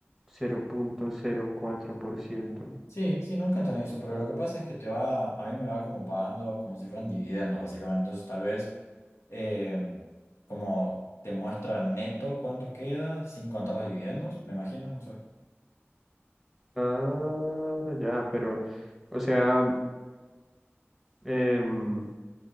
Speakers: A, in the centre; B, on the left.
A: cero cero punto cero cuatro por ciento
B: Sí, sí, nunca entendí eso, pero lo que pasa es que te va, a mí me va como pagando como si fueran dividendos, básicamente. Entonces, tal vez eh, como te muestra neto cuánto queda sin contar los dividendos, me imagino, no sé.
A: Ah, ya, pero, o sea, em,